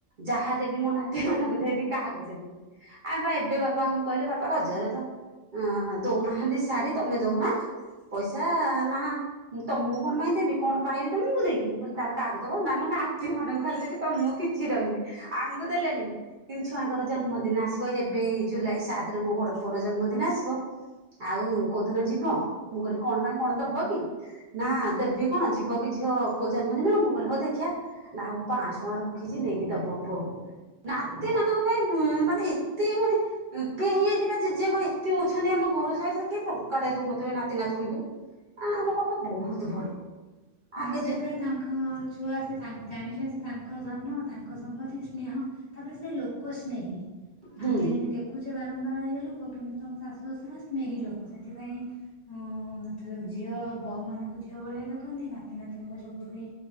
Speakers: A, on the right; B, on the left.
A: ଯାହା ଦେବି ମୋ ନାତି ମାନଙ୍କୁ ଦେବି କାହାକୁ ଦେବିି। ଆ ବା ଏବେ ବାପାଙ୍କୁ କହିଲି ବାପା ରଜରେ ତ ଉଁ ଦଉନାହାନ୍ତି ଶାଢ଼ୀ ତମେ ଦଉନା? ପଇସା ନା ମୁଁ ତମକୁ କଣ ପାଇଁ ଦେବି କଣ ପାଇବି ତମକୁ ଦେଇକି? ମୁଁ କଇଲି ତାହେଲେ କାହାକୁ ଦବ? ନା ମୁଁ ନାତି ମାନଙ୍କୁ ଖାଲି ଦେବି ତମକୁ କିଛି ଦେବନି ଆମକୁ ଦେଲେନି କିନ୍ତୁ ଛୁଆଙ୍କର ଜନ୍ମଦିନ ଆସିବ ଏବେ ଜୁଲାଇ ସାତ୍ ରେ ମୋ ବଡ ପୁଅର ଜନ୍ମଦିନ ଆସିବ ଆଉ କୋଉଦିନ ଯିବ? ମୁଁ କହିଲି କଣ ପାଇଁ କଣ ଦବ କି? ନା ଦେବି କଣ ଯିବ କି ଝିଅ ପୁଅ ଜନ୍ମଦିନ କୁ? ମୁଁ କହିଲେ ହଉ ଦେଖିଆ ନା ଆଉ ପାନ୍ସ ଟଙ୍କା ରଖିଛି ନେଇକି ଦବ ପୁଅକୁ। ନାତି ମାନଙ୍କ ପାଇଁ ମାନେ ଏତେ ମାନେ କେହି ଏଠିପା ଜେଜେ ବାପା ଏତେ ଅଛନ୍ତି ଆମ ଘର ସାଇଟ୍ ରେ କେହି ଟଙ୍କା ଟା ଦଉନଥିବେ ନାତିନାତୁଣୀକୁ। ଆ ଆମ ବାପା ବହୁତ୍ ଭଲ।
B: ନାଇଁ
A: ଆଗେ
B: ସେ
A: ଯେ
B: ପୁରା ତାଙ୍କ ଛୁଆ ସେ ତା-ଜାଣିଲେ ସେ ତାଙ୍କ ଧନ ତାଙ୍କ ଙ୍କ ସମ୍ପତ୍ତି ସ୍ନେହ। ତାପରେ ସେ ଲୋକ ସ୍ନେହି।
A: ହୁଁ
B: ଆମେ ଦେ ଖୁଛେ ବାରମ୍ବାର ଇଏ ଲୋକ କିନ୍ତୁ ତମ ଶାଶୁ ଶ୍ୱଶୁର ସ୍ନେହୀ ଲୋକ ସେଥିପାଇଁ ଉ ତ ଝିଅ ବୋହୂ ମାନଙ୍କୁ ଝିଅ ଭଳିଆ ଦେଖନ୍ତି ନାତି ନତିୁଣୀଙ୍କ ଯୋଗୁ ବି